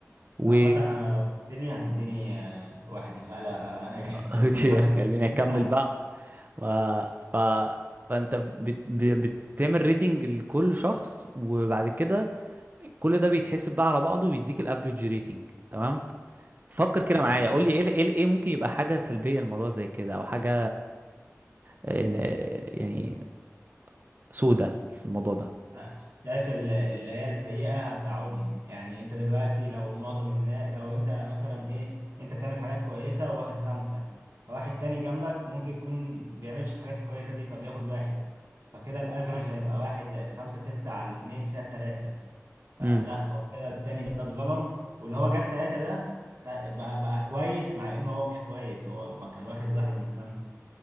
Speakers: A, on the right; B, on the right.
A: و
B: عامة انا لو شفتني هتديني آه، واحد من خ... لا لا، انا
A: <laughs>
B: اسف
A: اوكي،
B: هتديني خمسة
A: خليني
B: من
A: اكمل
B: <laughs>
A: بقى و... ف... فانت بت... بت- بتعمل ريتنج لكل شخص وبعد كده كل ده بيتحسب بقى على بعضه ويديك الافريج ريتنج تمام فكر كده
B: اه
A: معايا
B: فهمت
A: قول لي ايه ايه ايه ممكن يبقى حاجه سلبيه الموضوع زي كده او حاجه إن- يعني سودة في الموضوع ده
B: آه، شايف ال- اللي هي السيئة هتعم يعني انت دلوقتي لو معظم الناس لو انت مثلا ايه انت بتعمل حاجات كويسة وواخد خمسة فواحد تاني جنبك ممكن يكون بيعملش الحاجات الكويسة دي فبياخد واحد فكده الافرج هيبقى واحد زائد خمسة ستة على الاتنين فيها التلاتة فلا
A: امم
B: هو كده التاني ده اتظلم واللي هو جاب تلاتة ده خ- بقى, بقى كويس مع انه هو مش كويس هو ما كان واخد واحد من خمسة